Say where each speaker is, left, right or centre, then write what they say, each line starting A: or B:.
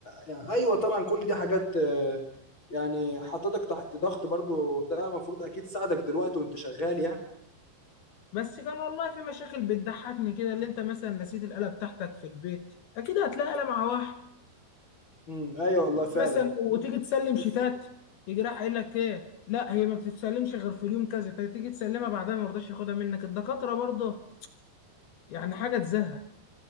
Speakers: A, on the left; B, on the left.
A: يعني ايوه طبعا كل دي حاجات آه، يعني حطتك تحت ضغط برضو ده المفروض اكيد ساعدك دلوقتي وانت شغال يعني
B: بس كان والله في مشاكل بتضحكني كده اللي انت مثلا نسيت الآلة بتاعتك في البيت اكيد هتلاقي آلة مع واحد
A: امم ايوه والله فعلا
B: مثلا وتيجي
A: بس
B: تسلم شيتات
A: بس
B: يجي راح قايل لك ايه لا هي ما بتتسلمش غير في اليوم كذا فتيجي تسلمها بعدها ما يرضاش ياخدها منك الدكاترة برضه يعني حاجة تزهق